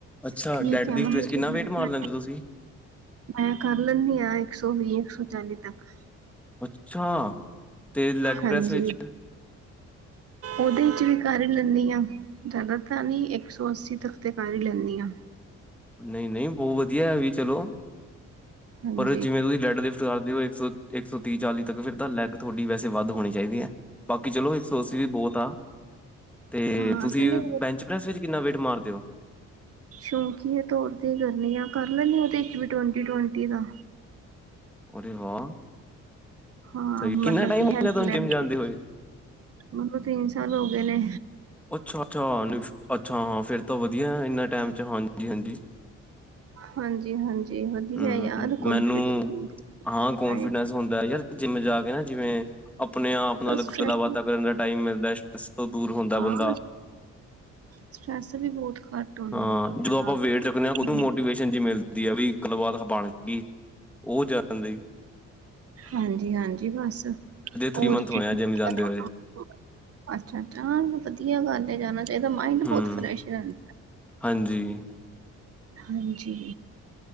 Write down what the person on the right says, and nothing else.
ਠੀਕ
ਹੈ
ਮਤਲਬ
ਕਿ
ਮੈਂ ਕਰ ਲੈਂਣੀ ਆਂ ਇੱਕ ਸੌ ਵੀਹ, ਇੱਕ ਸੌ ਚਾਲੀ ਤੱਕ।
ਹਾਂਜੀ
ਔਦੇ ਚ ਵੀ ਕਰ ਲਣੀ ਆ। ਜਾਦਾ ਤਾ ਨੀ ਏਕ ਸੌ ਅੱਸੀ ਤੱਕ ਤੇ ਕਰ ਹੀ ਲੈਂਣੀ ਆਂ।
ਹਾਂਜੀ
ਹਾਂ
ਤੇ ਨਹੀਂ
ਸ਼ੌਂਕੀਏ ਤੋਰ ਤੇ ਕਰਨੀ ਆ ਕਰ ਲੈਨੀ ਆ ਉਹਦੇ ਚ ਵੀ ਟਵੰਟੀ- ਟਵੰਟੀ ਦਾ।
ਹਾਂ
ਮਤਲਬ
ਕਿ
ਹੈਲਪ
ਲੈਣ
ਮੈਨੂੰ ਤਿੰਨ ਸਾਲ ਹੋ ਗਏ ਨੇ।
ਹਾਂਜੀ ਹਾਂਜੀ ਵਧੀਆ
ਯਾਰ ਕਨਫੀਡੈਂਸ
ਹਾਏ
ਸਟਰੈਸ
ਹਾਂ
ਸਟਰੈਸ ਵੀ ਬਹੁਤ ਘੱਟ ਹੁੰਦਾ
ਬੰਦੇ
ਦਾ
ਹਾਂਜੀ
ਹਾਂਜੀ-ਹਾਂਜੀ ਬਸ
ਔਰ
ਕੀ <inaudible>
ਅੱਛਾ-ਅੱਛਾ ਵਧੀਆ ਗੱਲ ਹੈ ਜਾਣਾ ਚਾਹੀਦਾ ਮਾਇੰਡ
ਬੌਤ ਫਰੈਸ਼ ਰਹਿੰ
ਹਾਂਜੀ।